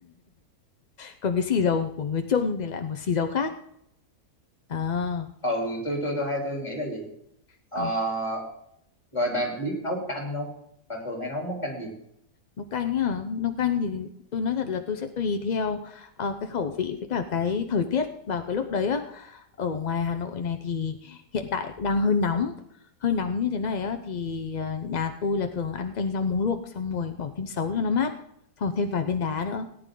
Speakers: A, on the left; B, on the left.
A: còn cái xì dầu của người Trung thì lại một xì dầu khác à,
B: ừ tôi tôi tôi hay tôi nghĩ là gì Ờ,
A: ờ.
B: rồi bà biết nấu canh không bà thường hay nấu món canh gì
A: nấu canh á nấu canh thì tôi nói thật là tôi sẽ tùy theo ờ, cái khẩu vị với cả cái thời tiết vào cái lúc đấy á ở ngoài Hà Nội này thì hiện tại đang hơi nóng hơi nóng như thế này á thì ờ, nhà tôi là thường ăn canh rau muống luộc xong rồi bỏ thêm sấu cho nó mát xong rồi thêm vài viên đá nữa